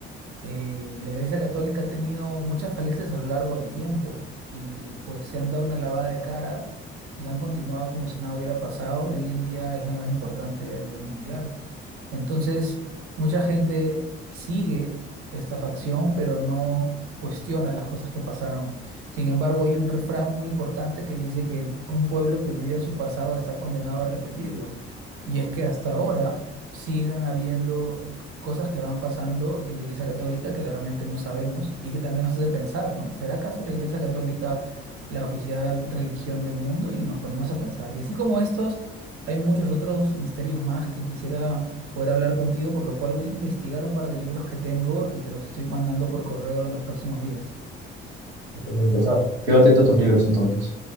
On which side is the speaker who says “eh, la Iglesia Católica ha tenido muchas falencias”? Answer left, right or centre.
Right